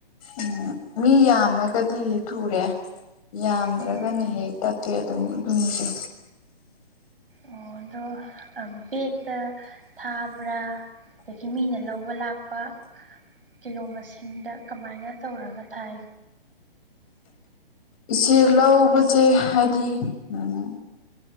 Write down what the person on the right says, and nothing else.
ꯎꯝ
ꯑꯣ ꯑꯗꯣ ꯕꯦꯛꯇ ꯊꯥꯕ꯭ꯔꯥ ꯑꯗꯒꯤ ꯃꯤꯅ ꯂꯧꯕ ꯂꯥꯛꯄ ꯀꯤꯂꯣ ꯃꯁꯤꯡꯗ ꯀꯃꯥꯏꯅ ꯇꯧꯔꯒ ꯊꯥꯏ